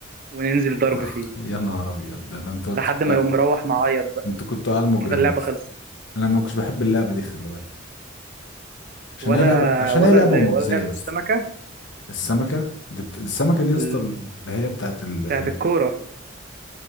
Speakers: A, on the right; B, on the left.
A: وننزل
B: <laughs>
A: ضرب فيه
B: يا نهار ابيض ده, ده انتوا انتوا
A: لحد
B: كنت
A: ما يقوم مروح معيط بقى
B: انتوا كنتوا عيال مجرمة
A: كده اللعبه
B: يا اسطى
A: خلصت
B: انا ما كنتش بحب اللعبة دي خلي بالك عشان
A: ولا
B: هي لعبة عشان
A: ولا
B: هي لعبة
A: ال-
B: مؤذية
A: ولا لعبه
B: يا
A: السمكه
B: اسطى السمكة دي بت... السمكة دي
A: ال-
B: يا اسطى اللي هي بتاعت ال
A: بتاعه
B: ال-
A: الكوره